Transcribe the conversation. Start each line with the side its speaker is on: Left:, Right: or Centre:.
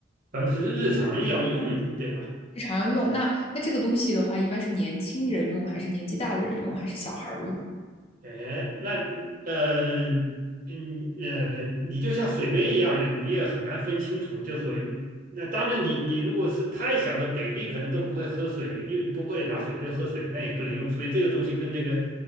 Right: 反正是日常要用的，对吧？
Left: 日常要用，那那这个东西的话，一般是年轻人用，还是年纪大的人用，还是小孩儿用？
Right: 哎，那你呃，嗯呃，你就像水杯一样的，你也很难分清楚。就说一那当然你，你如果是太小的 baby，可能都不会喝水，又不会拿水杯喝水，那也不能用。所以这个东西跟那个